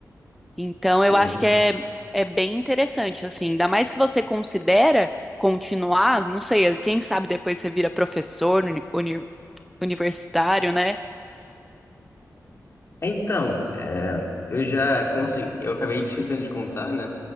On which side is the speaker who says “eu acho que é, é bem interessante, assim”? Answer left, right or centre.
Centre